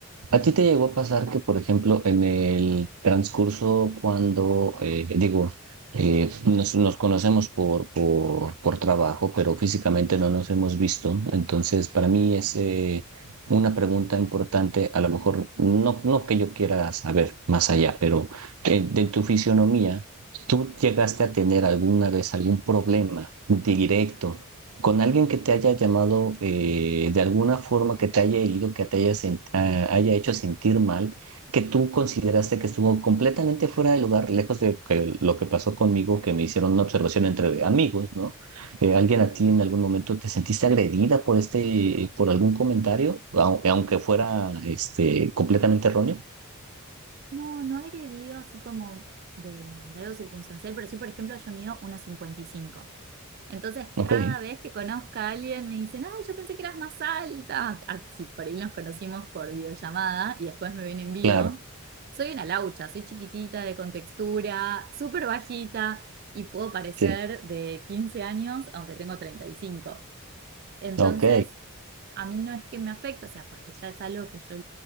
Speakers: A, on the right; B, on the right.
A: ¿A ti te llegó a pasar que, por ejemplo, en el transcurso cuando, eh, digo, eh, nos, nos conocemos por, por, por trabajo, pero físicamente no nos hemos visto? Entonces, para mí es eh, una pregunta importante, a lo mejor no, no que yo quiera saber más allá, pero eh, de tu fisionomía, ¿tú llegaste a tener alguna vez algún problema? directo con alguien que te haya llamado eh, de alguna forma, que te haya herido, que te haya, sen- ah, haya hecho sentir mal, que tú consideraste que estuvo completamente fuera de lugar, lejos de que- lo que pasó conmigo, que me hicieron una observación entre amigos, ¿no? Eh, alguien a ti en algún momento te sentiste agredida por este, por algún comentario, au- aunque fuera este, completamente erróneo.
B: No, no agredido así como de, de algo circunstancial, pero sí, por ejemplo, yo mido uno cincuenta y cinco. Entonces,
A: Ok,
B: cada vez que conozco a alguien me dicen, ay, yo pensé que eras más alta. Ah, si por ahí nos conocimos por videollamada y después me ven en vivo,
A: claro,
B: soy una laucha, soy chiquitita, de contextura, súper bajita y puedo parecer
A: sí,
B: de 15 años, aunque tengo 35. Entonces,
A: ok,
B: a mí no es que me afecte, o sea, porque ya es algo que yo